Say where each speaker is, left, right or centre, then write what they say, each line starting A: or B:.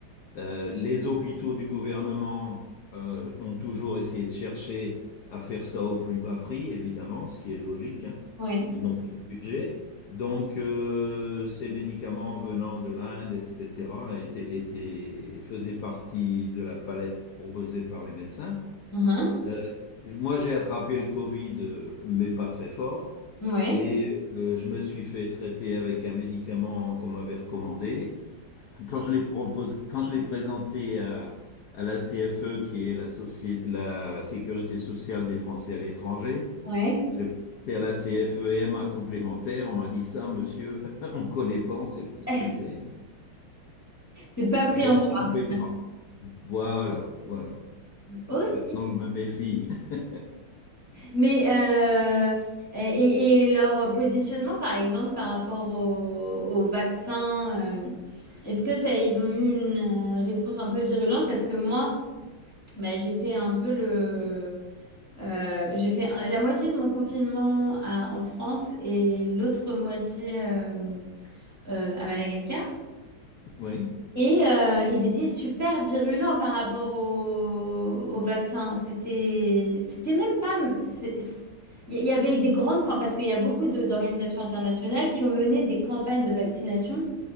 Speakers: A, on the left; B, on the left.
A: Euh, les hôpitaux du gouvernement euh, ont toujours essayé de chercher à faire ça au plus bas prix, évidemment, ce qui est logique, hein.
B: Oui.
A: Ils n'ont pas de budget. Donc, euh, ces médicaments venant de l'Inde, etc., étaient, étaient- faisaient partie de la palette proposée par les médecins.
B: Mhm.
A: Euh, moi, j'ai attrapé le Covid, euh, mais pas très fort.
B: Oui.
A: Et euh, je me suis fait traiter avec un médicament qu'on m'avait recommandé quand je l'ai proposé, quand je l'ai présenté à, à la CFE, qui est la, soci- la Sécurité sociale des Français à l'étranger,
B: Oui.
A: je l'ai présenté à la CFE-MA complémentaire, on m'a dit ça, monsieur, <laughs> on ne connaît pas, on ne sait pas ce
B: <laughs>
A: que c'est. hein.
B: C'est pas pris
A: Donc,
B: en charge.
A: on ne paie
B: <laughs>
A: pas. Voilà, voilà.
B: Ok.
A: Donc maintenant, je me méfie. <laughs>
B: Mais euh, et, et leur positionnement, par exemple, par rapport au, au vaccin, euh, est-ce que ça, ils ont eu une euh, réponse un peu virulente? Parce que moi, bah, j'ai fait un peu le, euh, j'ai fait un- la moitié de mon confinement à- en France et l'autre moitié. euh, euh, à Madagascar.
A: Oui,
B: Et euh, ils étaient super virulents par rapport au, au vaccin. C'était, c'était même pas. c'est- c'est- Il y il y avait des grandes campagnes, parce qu'il y a beaucoup de- d'organisations internationales qui ont mené des campagnes de vaccination.